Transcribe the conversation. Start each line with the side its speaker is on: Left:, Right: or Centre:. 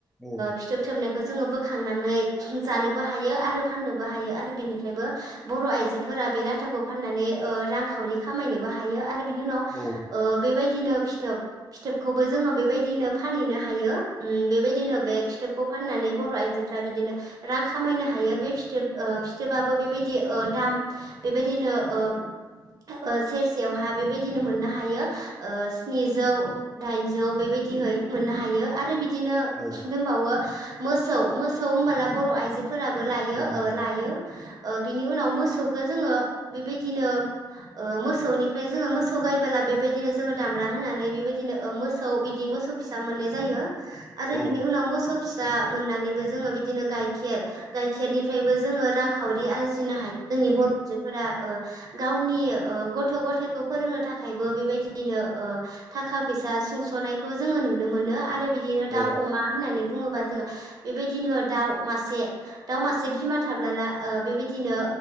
Centre: औ
Right: फिथोबथोबनायखौ जोङो बो खांनानै जानोबो हायो आरो फाननोबो हायो आरो बेनिफ्रायबो बर' आइजोफोरा बे लाथा लाथाखौ फानानै ओ रांखावरि खामाय नोबो हायो आरो बिनि उनाव
Centre: औ
Right: ओ बेबाय बिदिनो फिथोब फिथोबखौबो जोङो बेबायदिनो फानहैनो हायो उम बेबायदिनो बे फिथोबखौ फाननानै बर' <unintelligible> <unintelligible> बिदिनो रां खामायनो हायो। बे फिथोब ओ फिथोब आबो बेबायदि ओ दाम बेबायदि बिदिनो ओ ओ सेरसेयावहा बेबायदिनो मोननो हायो ओ स्निजौ दाइनजौ बेबायदि । बिदिहै मोननो हायो आरो बि बिदिनो
Centre: औ
Right: दंबावो मोसौ ।मोसौ होमबोला बर' आइजो <unintelligible> लायो
Centre: औ
Right: ओ
Centre: नंगौ
Right: लायो। ओ बिनि उनाव मोसौखौ जोङो बेबायदिनो ओ मोसौनिफ्राय जोङो मोसौ गायबोला बेबायदिनो जोङो दामब्रा होनानै बेबायदिनो मोसौ बिदि मोसौ फिसा मोननाय जायो आरो
Centre: औ
Right: बिनि उनाव मोसौ फिसा मोननानैबो जोङो बिदिनो गाइखेर गाइखेरनिफ्रायबो जोङो रांखावरि आरजिनो हायो जोंनि बर' आजोफोरा ओ गावनि ओ गथ गथायखौ फोरोंनो थाखायबो बेबायदिनो थाखा फै जा सुंसनायखौ जोंड़ो नुनो मोनो आरो बिदिनो दाउ
Centre: औ
Right: अमा होननानै बुङोबा जोड़ो बेदिनो दाउ मासे दाउ मासे बिमा थाबोला बेबायदिनो